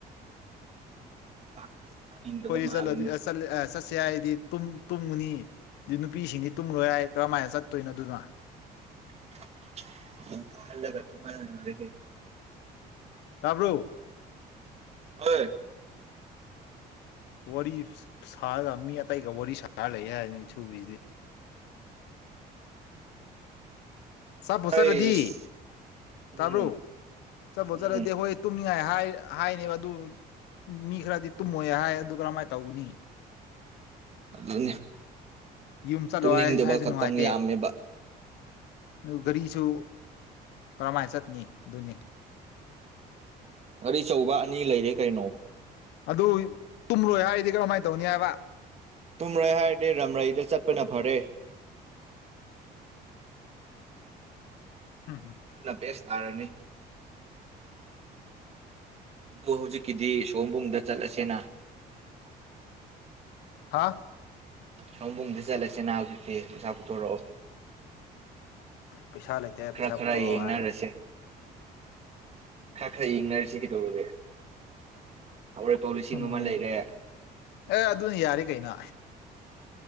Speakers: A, on the right (about 40°); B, on the left (about 85°).
A: <unintelligible>
B: ꯑꯩꯈꯣꯏꯗꯤ
A: ꯃꯥꯜꯂꯦꯅꯦ
B: ꯆꯂꯗꯤ ꯑꯥ ꯆꯠꯁꯦ ꯍꯥꯏꯔꯗꯤ ꯇꯨꯝ ꯇꯨꯝꯒꯅꯤ ꯑꯗꯨ ꯅꯨꯄꯤꯁꯤꯡꯗꯤ ꯇꯨꯝꯂꯣꯏ ꯍꯥꯏ ꯀꯔꯝꯃꯥꯏꯅ ꯆꯠꯇꯣꯏꯅꯣ ꯑꯗꯨꯅ
A: <unintelligible> ꯇꯨꯝꯍꯜꯂꯒꯥ ꯂꯣꯏꯔꯦ ꯀꯩꯅꯣ
B: ꯇꯥꯕ꯭ꯔꯣ
A: ꯑꯣꯏ
B: ꯋꯥꯔꯤ ꯁꯥꯔꯒꯥ ꯃꯤ ꯑꯇꯩꯒꯥ ꯋꯥꯔꯤ ꯁꯥꯔ ꯂꯩ ꯍꯥꯏꯔꯅꯤ <unintelligible> ꯆꯥꯞꯕꯨ
A: ꯑꯩꯁ
B: ꯆꯥꯠꯂꯗꯤ ꯇꯥꯕ꯭ꯔꯣ
A: ꯎꯝ
B: ꯆꯞꯕꯨ
A: ꯎꯝ
B: ꯆꯠꯂꯗꯤ ꯍꯣꯏ ꯇꯨꯝꯅꯤꯡꯉꯥꯏ ꯍꯥꯏ ꯍꯥꯏꯅꯦꯕ ꯑꯗꯨ ꯃꯤ ꯈꯔꯗꯤ ꯇꯨꯝꯃꯣꯏ ꯍꯥꯏ ꯑꯗꯨ ꯀꯔꯝꯃꯥꯏꯅ ꯇꯧꯒꯅꯤ
A: ꯑꯗꯨꯅꯦ
B: ꯌꯨꯝ ꯆꯠꯂꯣ
A: ꯇꯨꯝꯅꯤꯡꯗꯕ
B: ꯍꯥꯏ ꯍꯥꯏꯁꯨ
A: ꯈꯛꯇꯪ
B: ꯅꯨꯡꯉꯥꯏꯇꯦ
A: ꯌꯥꯝꯃꯦꯕ
B: ꯑꯗꯨ ꯒꯥꯔꯤꯁꯨ ꯀꯔꯝꯃꯥꯏꯅ ꯆꯠꯅꯤ ꯑꯗꯨꯅꯤ
A: ꯒꯥꯔꯤ ꯑꯆꯧꯕ ꯑꯅꯤ ꯂꯩꯔꯦ ꯀꯩꯅꯣ
B: ꯑꯗꯨ ꯇꯨꯝꯂꯣꯏ ꯍꯥꯏꯔꯗꯤ ꯀꯔꯝꯃꯥꯏꯅ ꯇꯧꯅꯤ ꯍꯥꯏꯕ
A: ꯇꯨꯝꯔꯣꯏ ꯍꯥꯏꯔꯗꯤ ꯔꯝꯔꯩꯗꯥ ꯆꯠꯄꯅ ꯐꯔꯦ
B: ꯍꯝ ꯍꯝ
A: ꯑꯗꯨꯅ ꯕ‌ꯦꯁ ꯇꯥꯔꯅꯤ ꯑꯗꯨ ꯍꯧꯖꯤꯛꯀꯤꯗꯤ ꯁꯣꯝꯕꯨꯡꯗꯥ ꯆꯠꯂꯁꯦꯅ
B: ꯍꯥꯥ
A: ꯁꯣꯝꯕꯨꯡꯗꯥ ꯆꯠꯂꯁꯤꯅ ꯍꯧꯖꯤꯛꯇꯤ ꯄꯩꯁꯥ ꯄꯨꯊꯣꯔꯛꯑꯣ
B: ꯄꯩꯁꯥ ꯂꯩꯇꯦ
A: ꯈꯔ
B: ꯄꯩꯁꯥ
A: ꯈꯔ
B: ꯄꯨꯊꯣꯔꯛꯑꯣ
A: ꯌꯦꯡꯅꯔꯁꯦ
B: ꯍꯥꯏ
A: ꯈꯥ-ꯈ꯭ꯔꯥ ꯌꯦꯡꯅꯔꯁꯦ ꯀꯩꯗꯧꯔꯒꯦ ꯍꯧꯔꯣꯏ ꯐꯥꯎ ꯂꯤꯁꯤꯡ
B: ꯎꯝ
A: ꯑꯃ ꯂꯩꯔꯦ
B: ꯑꯦ ꯑꯗꯨꯅ ꯌꯥꯔꯤ ꯀꯩꯅꯣ